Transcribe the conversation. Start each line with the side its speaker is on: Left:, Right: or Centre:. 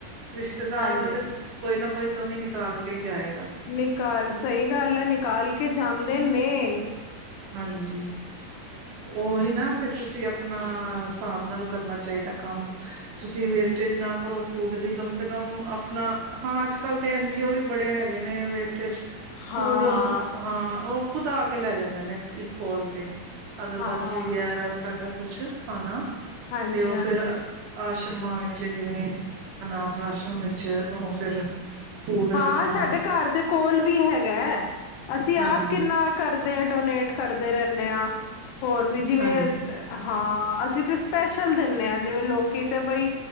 Right: ਰਿਸ਼ਤੇਦਾਰ
Left: ਹਾਂਜੀ।
Right: ਤੇ ਕੋਈ ਨਾ ਕੋਈ ਕਮੀ ਨਿਕਾਲਕੇ ਹੀ ਜਾਏਗਾ।
Left: ਨਿਕਾਲ ਸਹੀ ਗੱਲ ਐ, ਨਿਕਾਲ ਕੇ ਜਾਂਦੇ ਨੇ।
Right: ਹਾਂਜੀ। ਉਹੀ ਨਾ ਫਿਰ ਤੁਸੀਂ, ਆਪਣਾ ਹਿਸਾਬ ਨਾਲ ਕਰਨਾ ਚਾਹੀਦਾ ਕੰਮ। ਤੁਸੀਂ ਵੇਸਟੇਜ ਨਾ ਕਰੋ ਫੂਡ ਦੀ, ਕਮ ਸੇ ਕਮ ਆਪਣਾ ਹਾਂ, ਅੱਜ-ਕੱਲ ਤੇ ਐੰਜੀ ਓ ਵੀ ਬੜੇ ਹੈਗੇ ਨੇ ਵੇਸਟੇਜ। ਫੂਡ
Left: ਹਾਂ।
Right: ਹਾਂ, ਉਹ ਖੁਦ ਆਕੇ ਲੈ ਜਾਂਦੇ ਨੇ ਇੱਕ ਕੌਲ ਤੇ। ਅਗਰ
Left: ਹਾਂ
Right: ਬੱਚ ਵੀ ਗਿਆ ਅਗਰ ਤੁਹਾਡਾ ਕੁਛ ਖਾਣਾ।
Left: ਹਾਂਜੀ
Right: ਤੇ ਉਹ
Left: ਹਾਂਜੀ
Right: ਫਿਰ ਆਸ਼ਰਮਾਂ ਵਿੱਚ ਜਿਵੇਂ, ਅਨਾਥ ਆਸ਼ਰਮ ਵਿੱਚ, ਉਹ ਫਿਰ- ਫੂਡ ਆਪਣਾ
Left: ਹਾਂ, ਸਾਡੇ ਘਰ ਦੇ ਕੋਲ ਵੀ ਹੈਗਾ। ਅਸੀਂ
Right: ਹਾਂਜੀ
Left: ਆਪ ਕਿੰਨਾ ਕਰਦੇ ਹਾਂ ਡੋਨੇਟ। ਕਰਦੇ ਰਹਿੰਦੇ ਹਾਂ। ਹੋਰ ਵੀ ਜਿਵੇਂ
Right: ਹਾਂਜੀ
Left: ਹਾਂ, ਅਸੀਂ ਤੇ ਸਪੈਸ਼ਲ ਦਿੰਨੇ ਆਂ। ਜਿਵੇਂ ਲੋਕੀ ਤੇ ਬਈ